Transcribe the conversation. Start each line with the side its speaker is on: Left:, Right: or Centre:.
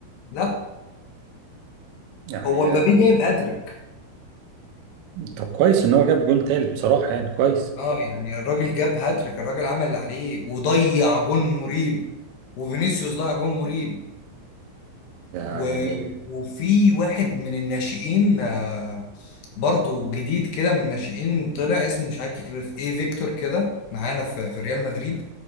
Left: لا
Right: يعني
Left: هو مبابي
Right: آه،
Left: جايب هاتريك
Right: طب كويس ان هو جاب جون تالت بصراحه يعني كويس
Left: اه يعني الراجل جاب هاتريك الراجل عمل اللي عليه وضيع جون مريب وفينيسيوس ضيع جون مريب
Right: ده
Left: و...
Right: يعني
Left: وفي واحد من الناشئين آه، برضه جديد كده من الناشئين طلع اسمه مش عارف ايه فيكتور كده معانا في في ريال مدريد